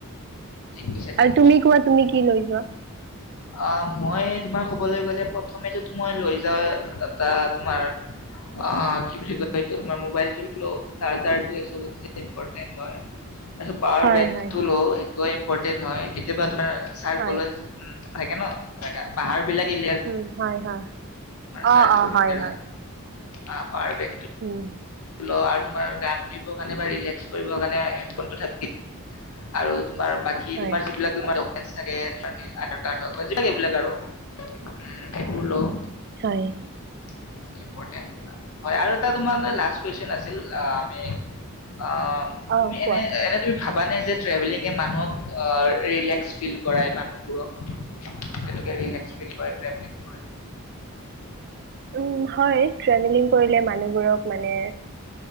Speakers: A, on the left; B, on the right.
A: ঠিক কৈছা ঠিক
B: আৰু তুমি কোৱা তুমি কি লৈ কিয়?
A: অ মই তোমাৰ ক'বলৈ গ'লে প্ৰথমে টো তোমাৰ লৈ যাওঁ এটা তোমাৰ অ কি বুলি কয়, এইটো তোমাৰ মোবাইল টো লওঁ চাৰ্জাৰ টো এ ছবতচাই ইম্পৰ্টেণ্ট হয়। তাৰপিছত পাৱাৰ
B: হয়
A: বেংক
B: হয়
A: টো লওঁ, সেইটো আৰু পৰ্টেন্ত হয় কেতিয়াবা তাৰ চাৰ্জ
B: হয়
A: গ'লে <unintelligible> থাকে ন <unintelligible> পাহাৰ বিলাক <unintelligible>
B: উম হয় হয়
A: চাৰ্জ
B: অ
A: দিব
B: অ
A: দিওঁ
B: হয় হয়
A: <unintelligible>
B: উম।
A: <unintelligible> আৰু তোমাৰ গান শুনিব কাৰণে বা ৰিলেক্স কৰিব কাৰণে হেডফোন টো থাকি <unintelligible> আৰু তোমাৰ বাকী
B: হয়
A: তোমাৰ যিবিলাক তোমাৰ ডকুমেণ্টছ <unintelligible> আধাৰ কাৰ্ড হওঁক বা যি লাগে এইবিলাক আৰু <unintelligible> উম সেইবোৰ লওঁ।
B: হয়।
A: <unintelligible> হয় আৰু এটা তোমাৰ মানে লাষ্ট কুৱেশ্চন আছিল যা আমি অ' তুমি
B: অ কোৱা
A: এনে, এনে তুমি ভাবি মানে যে ট্ৰেভেলিঙে মানুহক <unintelligible> ৰিলেক্স ফীল কৰায়, মানুহবোৰক! তেওঁলোকে ৰিলেক্স ফীল কৰে ট্ৰেভেলিং কৰি।
B: উম হয় ট্ৰেভেলিং কৰিলে মানুহবোৰক মানে,